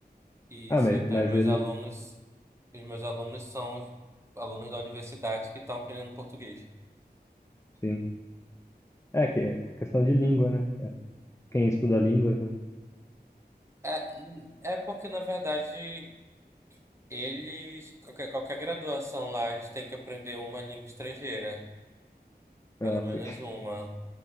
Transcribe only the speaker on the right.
Isso,
então
os meus
alunos, os meus alunos são os alunos da universidade que estão aprendendo português.
É, é porque, na verdade, eles, qualquer, qualquer graduação lá, eles têm que aprender uma língua estrangeira,
pelo menos
uma.